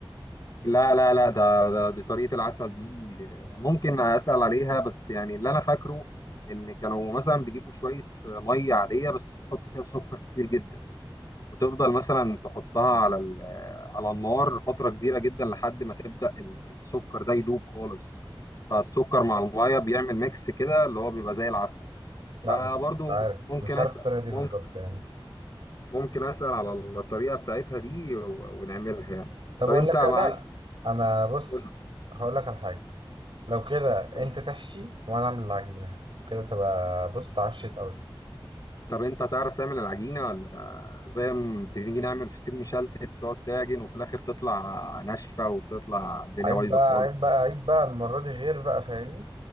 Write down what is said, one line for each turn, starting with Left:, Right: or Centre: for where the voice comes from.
Left: لا لا لا ده, ده دي طريقة العسل دي آه، ممكن أسأل عليها بس يعني اللي أنا فاكره إن كانوا مثلا بيجيبوا شوية آه، مية عادية بس بتحط فيها سكر كتير جدا وتفضل مثلا تحطها على ال- على النار فترة كبيرة جدا لحد ما تبدأ ال- السكر ده يدوب خالص فالسكر مع المية بيعمل ميكس كده اللي هو بيبقى زي العسل
Right: لا
Left: فبرضو
Right: مش عارف
Left: ممكن
Right: مش عارف
Left: أسأل
Right: الطريقة دي
Left: ممكن
Right: بالظبط يعني
Left: ممكن أسأل على الطريقة بتاعتها دي و- ونعملها يعني
Right: طب
Left: طب
Right: أقول
Left: أنت
Right: لك
Left: معاك
Right: لا أنا بص
Left: قول
Right: هقول لك على حاجة لو كده
Left: قول.
Right: أنت تحشي وأنا أعمل العجينة وكده تبقى بص اتعشت أوي
Left: طب أنت تعرف تعمل العجينة ولا زي ما بنيجي نعمل فطير مشلتت تقعد تعجن وفي الآخر تطلع ناشفة وتطلع الدنيا
Right: عيب
Left: بايظة
Right: بقى
Left: خالص
Right: عيب بقى عيب بقى المرة دي غير بقى فاهمني